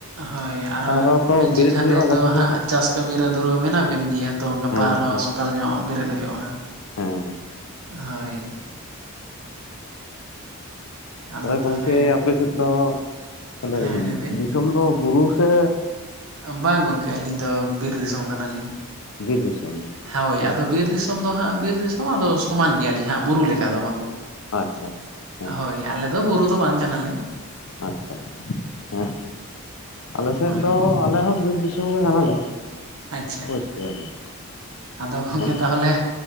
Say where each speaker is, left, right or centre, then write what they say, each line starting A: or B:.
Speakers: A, on the right (about 75°); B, on the left (about 70°).
A: ᱦᱳᱭ ᱟᱨᱚᱼᱼ
B: ᱟᱨᱚ ᱛᱚ ᱵᱮᱨᱮᱫ
A: ᱡᱮᱠᱷᱟᱱᱮ
B: ᱦᱩᱭᱩᱜᱼᱟ ᱜᱟᱯᱟ
A: ᱫᱚ
B: ᱥᱮᱛᱟᱜ
A: ᱦᱟᱸᱜ ᱪᱟᱥ ᱠᱟᱹᱢᱤ ᱨᱮ ᱫᱷᱩᱨᱟᱹᱣ ᱢᱮᱱᱟᱜ ᱵᱮᱱ ᱜᱮᱭᱟ, ᱛᱚ ᱜᱟᱯᱟ
B: ᱦᱮᱸ
A: ᱟᱨᱦᱚᱸ
B: ᱦᱮᱸ
A: ᱥᱚᱼᱼ ᱠᱟᱞ ᱧᱚᱜ ᱵᱮᱨᱮᱫ ᱦᱩᱭᱩᱜᱼᱟ᱾
B: ᱦᱮᱸ
A: ᱦᱳᱭ ᱟᱫᱚ
B: ᱛᱟᱦᱞᱮ ᱜᱚᱝᱠᱮ
A: ᱛᱟᱦᱚᱞᱮ
B: ᱟᱯᱮᱥᱮᱫ ᱫᱚ ᱛᱟᱦᱞᱮ
A: ᱦᱮᱸ ᱞᱟᱹᱭ ᱵᱤᱱ
B: ᱫᱤᱥᱚᱢ ᱫᱚ ᱵᱩᱨᱩ ᱥᱮᱼᱼ
A: ᱵᱟᱝ ᱜᱚᱝᱠᱮ ᱟᱹᱞᱤᱧ ᱫᱚ ᱵᱤᱨ ᱫᱤᱥᱚᱢ ᱠᱟᱱᱟᱞᱤᱧ,
B: ᱵᱤᱨ ᱫᱤᱥᱚᱢ ᱜᱮ?
A: ᱦᱳᱭ
B: ᱟᱪᱪᱷᱟ
A: ᱟᱫᱚ ᱵᱤᱨ ᱫᱤᱥᱚᱢᱼᱼ ᱥᱚᱢ ᱫᱚ ᱦᱟᱸᱜ ᱵᱤᱨ ᱫᱤᱥᱚᱢ ᱟᱫᱚ ᱥᱚᱢᱟᱱ ᱜᱮᱭᱟᱞᱤᱧ ᱦᱟᱸᱜ ᱵᱩᱨᱩ ᱞᱮᱠᱟ ᱫᱚ ᱵᱟᱝ᱾
B: ᱟᱪᱪᱷᱟ ᱦᱮᱸ
A: ᱦᱳᱭ ᱟᱞᱮ ᱫᱚ ᱵᱩᱨᱩ ᱫᱚ ᱵᱟᱝ ᱠᱟᱱᱟᱞᱮ᱾
B: ᱟᱪᱪᱷᱟ ᱦᱮᱸ ᱟᱞᱮᱥᱮᱫ
A: ᱦᱳᱭ
B: ᱫᱚ ᱟᱞᱮ ᱦᱚᱸ ᱵᱤᱨ ᱫᱤᱥᱚᱢ ᱜᱮ ᱠᱟᱱᱟᱞᱮ᱾
A: ᱟᱪᱪᱷᱟ,
B: ᱵᱩᱡᱽ ᱠᱮᱫᱟᱵᱤᱱ
A: ᱟᱫᱚ ᱜᱚᱝᱠᱮ
B: ᱢᱟᱱᱮ
A: ᱛᱟᱦᱚᱞᱮᱼᱼ